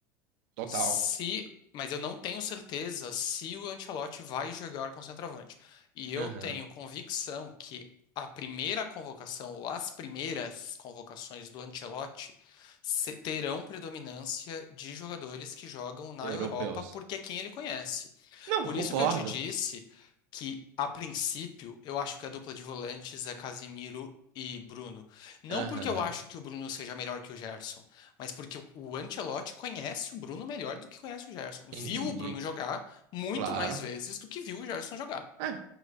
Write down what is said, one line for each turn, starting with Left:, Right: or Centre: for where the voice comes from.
Right: Total.
Left: Se, mas eu não tenho certeza se o Ancelotti vai jogar com centroavante. E eu
Right: Uhum.
Left: tenho convicção que a primeira convocação ou as primeiras convocações do Ancelotti se- terão predominância de jogadores que jogam na
Right: Europeus.
Left: Europa, porque é quem ele conhece.
Right: Não,
Left: Por
Right: concordo.
Left: isso que eu te disse que, a princípio, eu acho que a dupla de volantes é Casimiro e Bruno. Não
Right: Aham.
Left: porque eu
Right: uhum.
Left: acho que o Bruno seja melhor que o Gerson, mas porque o o Ancelotti conhece o Bruno melhor do que conhece o Gerson.
Right: Entendi.
Left: Viu o Bruno jogar muito
Right: Claro.
Left: mais vezes do que viu o Gerson jogar.
Right: É,